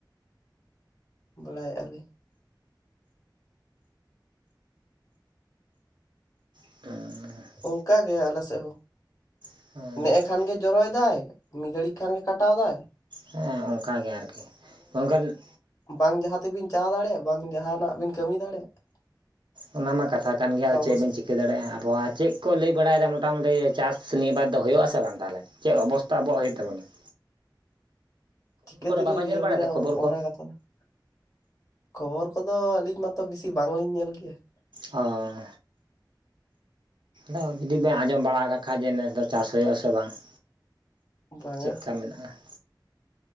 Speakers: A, on the left; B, on the right.
A: ᱵᱟᱲᱟᱮᱸᱟᱞᱮᱼᱟ ᱞᱮ ᱾
B: <unintelligible>
A: ᱚᱱᱠᱟ ᱜᱮ ᱟᱞᱮ ᱥᱮᱫ ᱦᱚᱸ
B: ᱦᱮᱸ
A: ᱱᱮᱜᱮ ᱠᱷᱟᱱ ᱜᱮ ᱡᱚᱨᱚᱭᱮᱫᱟᱭ ᱾ ᱢᱤᱫ ᱜᱷᱟᱹᱲᱤᱡ ᱠᱷᱟᱱ ᱜᱮ ᱠᱟᱴᱟᱣ ᱫᱟᱭ ᱾
B: ᱦᱮᱸ ᱚᱱᱠᱟ ᱜᱮ ᱟᱨᱠᱤ ᱢᱮᱱᱠᱷᱟᱱ ᱾
A: ᱵᱟᱝ ᱡᱟᱦᱟᱸ ᱛᱮᱵᱤᱱ ᱪᱟ ᱫᱟᱲᱮᱭᱟᱜ ᱵᱟᱝ ᱡᱟᱦᱟᱱᱟᱜ ᱵᱤᱱ ᱠᱟᱹᱢᱤ ᱫᱟᱲᱮᱭᱟᱜ ᱾
B: ᱚᱱᱟ ᱢᱟ ᱠᱟᱛᱷᱟ ᱠᱟᱱ ᱜᱮᱭᱟ ᱟᱨ
A: ᱚᱵᱚᱥᱛᱷᱟ
B: ᱪᱮᱫ ᱵᱮᱱ ᱪᱤᱠᱟᱹᱭᱟ ᱾ ᱪᱤᱠᱟᱹ ᱫᱟᱲᱮᱭᱟᱜᱼᱟ ᱟᱵᱚᱣᱟᱜ ᱪᱮᱫ ᱠᱚ ᱞᱟᱹᱭ ᱵᱟᱲᱟᱭᱮᱫᱟ ᱢᱚᱴᱟᱢᱩᱴᱤ ᱪᱟᱥ ᱱᱤᱭᱟᱹ ᱵᱟᱫ ᱫᱚ ᱦᱩᱭᱩᱜᱼᱟᱥ ᱥᱮ ᱵᱟᱝ ᱛᱟᱦᱚᱞᱮ ᱾ ᱪᱮᱫ ᱚᱵᱚᱥᱛᱟ ᱟᱵᱚᱣᱟᱜ ᱦᱩᱭᱩᱜ ᱛᱟᱵᱚᱱᱟ ᱾
A: ᱪᱤᱠᱟᱹ ᱛᱮᱞᱤᱧ
B: ᱵᱟᱵᱚᱱ
A: ᱞᱟᱹᱭᱟᱵᱤᱱᱟ
B: ᱧᱮᱞ ᱵᱟᱲᱟᱭᱮᱫᱟ ᱠᱷᱚᱵᱚᱨ ᱠᱚ
A: ᱚᱱᱟ ᱠᱟᱛᱷᱟ ᱫᱚ ᱾ ᱠᱷᱚᱵᱚᱨ ᱠᱚᱫᱚ ᱟᱹᱞᱤᱧ ᱢᱟᱛᱚ ᱵᱤᱥᱤ ᱵᱟᱝᱞᱤᱧ ᱧᱮᱞ ᱜᱮᱭᱟ ᱾
B: ᱦᱚᱭ ᱾ ᱟᱫᱚ ᱡᱩᱫᱤ ᱵᱮᱱ ᱟᱸᱡᱚᱢ ᱵᱟᱲᱟ ᱠᱟᱜ ᱠᱷᱟᱡ ᱡᱮ ᱱᱮᱥ ᱫᱚ ᱪᱟᱥ ᱦᱩᱭᱩᱜ ᱟᱥᱮ ᱵᱟᱝ ᱾
A: ᱵᱟᱝᱟ
B: ᱪᱮᱫ ᱞᱮᱠᱟ ᱢᱮᱱᱟᱜᱼᱟ ᱾